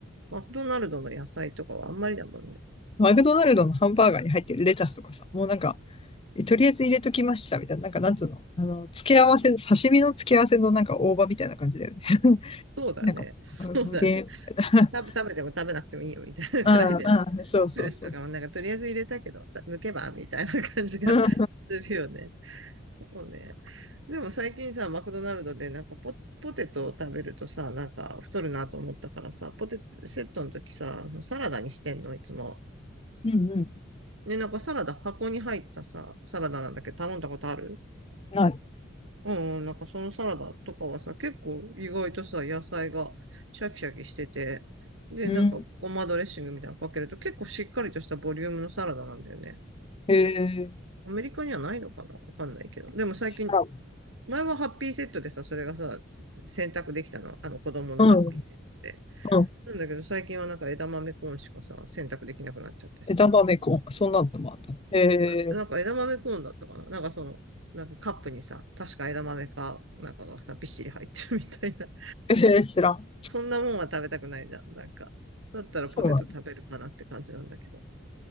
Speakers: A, on the right (about 80°); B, on the left (about 30°).
A: マクドナルドの野菜とかはあんまりだもんね。
B: マクドナルドのハンバーガーに入ってるレタスとかさ、もうなんか、えとりあえず入れときましたみたいな、なんかなんつうの、あの、付け合わせ、刺身の付け合わせのなんか大葉みたいな感じだよね。<laughs>
A: そうだね。
B: なんか、
A: そうだね。
B: あ無でみたいな。
A: 食べ、食べても食べなくてもいいよみたいなくらいで。
B: うんうん、そうそうそうそう。
A: プルスとかもなんかとりあえず入れたけど、た抜けばみたいな感じが
B: うん、
A: <laughs> するよね。そうね。でも最近さ、マクドナルドでなんかポ、ポテトを食べるとさ、なんか太るなと思ったからさ、ポテトセットの時さ、あのサラダにしてんの、いつも。
B: うんうん、
A: ね、なんかサラダ箱に入ったさ、サラダなんだけど頼んだことある
B: ない。
A: うんうん、なんかそのサラダとかはさ、結構意外とさ、野菜がシャキシャキしてて、で、
B: うん、
A: なんかごまドレッシングみたいなのかけると結構しっかりとしたボリュームのサラダなんだよね。
B: へえ、
A: アメリカにはないのかなわかんないけど。でも最近、
B: あら、
A: 前はハッピーセットでさ、それがさ、つ選択できたの。あの子供のハッピーセットで。
B: うんへえあうん。
A: なんだけど最近はなんか枝豆コーンしかさ、選択できなくなっちゃってさ。
B: 枝豆コン、そんなのもあった。へ
A: ななんか枝豆コーンだったかななんかその、
B: え、
A: なんかカップにさ、確か枝豆か、なんかがさ、びっしり入ってるみたいな。<laughs>
B: ええ、知らん。
A: そんなもんは食べたくないじゃん。なんか。だったらポテト食べるかなって感じなんだけど。
B: そうなんだ。